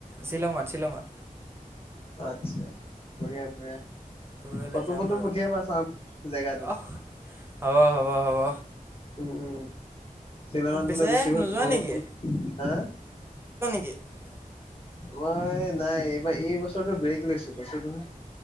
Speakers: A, on the right; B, on the left.
A: শ্বিলঙত, শ্বিলঙত।
B: আটছা, বঢ়িয়া বঢ়িয়া।
A: পৰহিলে
B: ফটো
A: যাম
B: ফটো
A: আৰু।
B: পঠিয়াবা চাম জেগাটো
A: অহ হ'ব, হ'ব, হ'ব।
B: উম, উম শ্বিলঙত
A: পিছে
B: বোলে বেছিভাগ
A: নোযোৱা
B: বৰষুণ,
A: নেকি
B: হা?
A: <unintelligible>
B: মই নাই। এইবাৰ এই বছৰটো ব্ৰেক লৈছো, কৈছো নহয়।